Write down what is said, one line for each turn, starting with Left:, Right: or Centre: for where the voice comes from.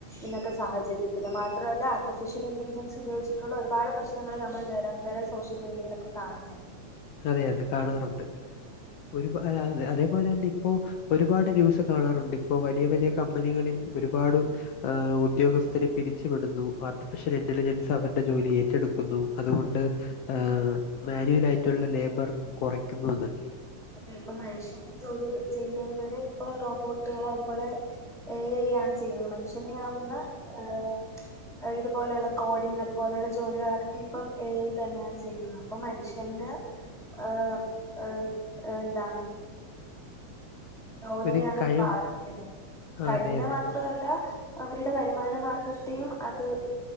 Centre: ഇന്നത്തെ സാഹചര്യത്തില് മാത്രമല്ല ആർട്ടിഫിഷ്യൽ ഇന്റലിജൻസ് ഉപയോഗിച്ചിട്ടുള്ള ഒരുപാട് പ്രശ്നങ്ങള് നമ്മള് നിരന്തരം സോഷ്യൽ മീഡിയയിലൊക്കെ കാണുന്നെയാ
Left: അതെ അതെ കാണാറുണ്ട് ഒരുപ അതേപോലെ തന്നെ ഇപ്പോ ഒരുപാട് ന്യൂസ് കാണാറുണ്ട് ഇപ്പോ വലിയ വലിയ കമ്പനികളിൽ ഒരുപാട് ആഹ് ഉദ്യോഗസ്ഥരെ പിരിച്ച് വിടുന്നു ആർട്ടിഫിഷ്യൽ ഇന്റലിജൻസ് അവര്ടെ ജോലി ഏറ്റെടുക്കുന്നു അതുകൊണ്ട് ഏഹ് മേനുവലായിട്ടുള്ള ലേബർ കൊറയ്ക്കുന്നു എന്നൊക്കെ
Centre: അതെ ഇപ്പൊ മനുഷ്യന് ജോലി ചെയ്യുന്നതിന് പോലെ ഇപ്പൊ റോബോട്ടുകളോ അതുപോലെ എ ഐ യാണ് ചെയ്യുന്നത് മനുഷ്യനെയാവുന്ന ഏഹ് ഏഹ് ഇതുപോലെള്ള കോഡിങ് അതുപോലെയുള്ള ജോലികളൊക്കെ ഇപ്പം എ ഐ തന്നെയാണ് ചെയ്യുന്നത് അപ്പൊ മനുഷ്യന്റെ ഏഹ് ഏഹ് ഏഹ് എന്താണ് ജോലിയെയാണ്
Left: ഒരു കഴിവ്
Centre: അത് ബാധിക്കുന്നത്
Left: ആ,
Centre: കഴിവിനെ
Left: അതെ അതെ
Centre: മാ ത്രല്ല അവരുടെ വരുമാന മാർഗത്തെയും അത്